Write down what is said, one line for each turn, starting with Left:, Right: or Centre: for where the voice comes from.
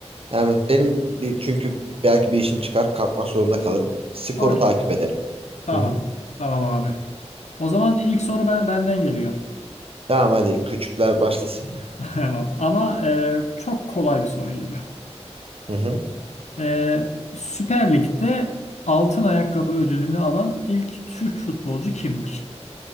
Right: Yani benim bir, çünkü belki bir işim çıkar kalkmak zorunda kalırım. Skoru
Left: Okey.
Right: takip edelim.
Left: Tamam.
Right: Hı hı.
Left: Tamam abi. O zaman ilk soru ben, benden geliyor.
Right: Tamam hadi küçükler başlasın ya.
Left: <laughs> Tamam. Ama e, çok kolay bir soru geliyor.
Right: Hı hı.
Left: Ee, Süper Lig'de altın ayakkabı ödülünü alan ilk Türk futbolcu kimdir?